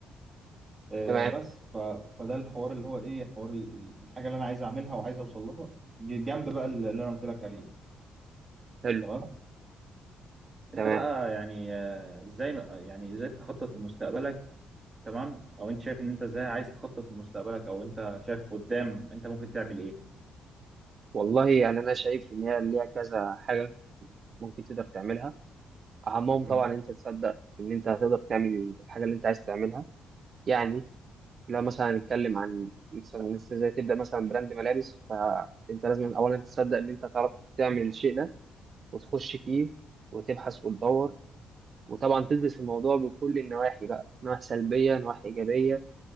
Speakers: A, on the right; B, on the right.
A: آه،
B: تمام
A: بس ف... فده الحوار اللي هو ايه حوار ال- الحاجه اللي انا عايز اعملها وعايز اوصل لها جنب بقى اللي انا قلت لك عليه
B: حلو
A: تمام انت
B: تمام
A: بقى يعني آه، ازاي يعني ازاي تخطط لمستقبلك تمام او انت شايف ان انت ازاي عايز تخطط لمستقبلك او انت شايف قدام انت ممكن تعمل ايه
B: والله يعني أنا شايف إن هي ليها كذا حاجة ممكن تقدر تعملها أهمهم
A: مم.
B: طبعا إن أنت تصدق في إن أنت هتقدر تعمل الحاجة اللي أنت عايز تعملها يعني لو مثلا نتكلم عن مثلا إن أنت ازاي تبدأ مثلا براند ملابس فأنت لازم أولا تصدق إن أنت تعرف تعمل الشيء ده وتخش فيه وتبحث وتدور وطبعا تدرس الموضوع بكل النواحي بقى نواحي سلبية نواحي إيجابية